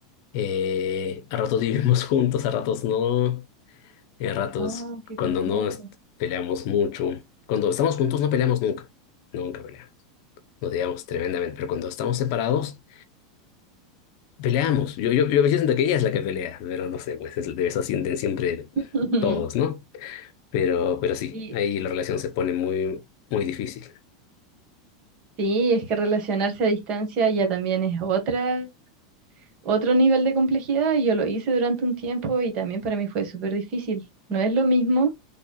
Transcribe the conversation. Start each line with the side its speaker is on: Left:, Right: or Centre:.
Left: eh, a ratos vivimos <laughs> juntos, a ratos no. Y a ratos,
Right: Ah, qué
Left: cuando
Right: complejo.
Left: no es- peleamos mucho, cuando estamos juntos no peleamos nunca, nunca peleamos, nos odiamos tremendamente, pero cuando estamos separados, peleamos. Yo, yo, yo a veces siento que ella es la que pelea, pero no sé, pues es- de eso sienten siempre
Right: <laughs>
Left: todos, ¿no? Pero, pero sí,
Right: Y
Left: ahí la relación se pone muy, muy difícil.
Right: sí, es que relacionarse a distancia ya también es otra otro nivel de complejidad y yo lo hice durante un tiempo y también para mí fue súper difícil. No es lo mismo